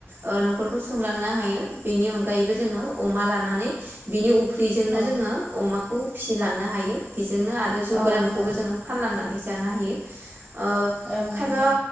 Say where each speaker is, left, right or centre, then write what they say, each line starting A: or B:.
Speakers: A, on the right; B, in the centre.
A: ओ न'खरखौ सुंलांनो हायो बेनि अनगायैबो जोङो अमा लानानै बिनि उ फ्रिजोंनो
B: औ
A: जोङो अमा खौ फिसिलांनो हायो बिज जोंनो आरो जौ
B: औ
A: गोरानखौबो
B: नंगौ
A: जोङो फानलांनानै जानो हायो। ओ
B: औ
A: खायफा
B: नंगौ